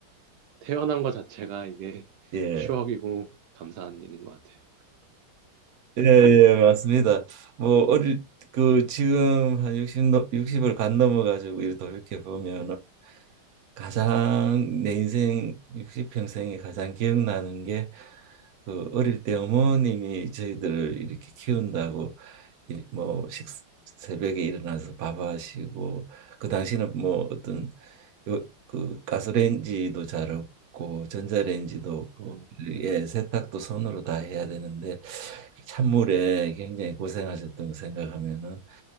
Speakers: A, on the right; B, on the right.
A: 태어난 것 자체가 이게 <laughs>
B: 예.
A: 추억이고 감사한 일인 것 같아요.
B: 예, 예, 맞습니다. 뭐 어릴 그 지금 한 60, 육십을 간 넘어가지고 이렇게 돌이켜 보면
A: 네.
B: 가장 내 인생 60평생에 가장 기억나는 게 그 어릴 때 어머님이 저희들을 이렇게 키운다고 일- 뭐 식, 새벽에 일어나서 밥 하시고 그 당시는 뭐 어떤 요, 그 가스레인지도 잘 없고 전자레인지도 없고
A: 어,
B: 예 세탁도 손으로 다 해야 되는데 찬물에 굉장히 고생하셨던 거 생각하면은